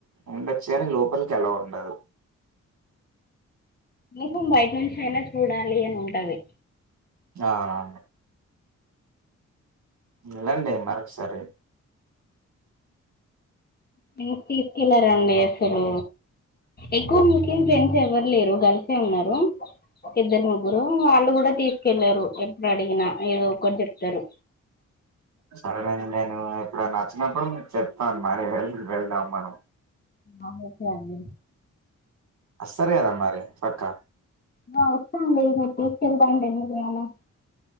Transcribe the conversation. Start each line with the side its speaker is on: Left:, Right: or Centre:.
Right: ఉండొచ్చు గాని లోపలికి అలో ఉండదు
Left: నాకు బయట నుంచి అయినా చూడాలి అని ఉంటాది
Right: ఆ అవునవును వెళ్ళండి మరొకసారి
Left: మీర్ తీసుకెళ్లారండి అసలు ఎక్కువ ముస్లిం ఫ్రెండ్స్ ఎవరు లేరు గర్ల్ సే ఉన్నారు ఇద్దరు ముగ్గురు వాళ్ళు కూడా తీసుకెళ్లరూ అప్పు అడిగినా ఏదో ఒకటి చెప్తారు
Right: సరేనండి నేను ఎప్పుడైనా వచ్చినప్పుడు మీకు చెప్తాను మరి వె వెళ్దాం మనం
Left: ఆ ఓకే అండి
Right: సరేరా మరి పక్క
Left: హా వస్తాండి మీరు తీసుకెళ్తాను అంటే ఎందుకు రాను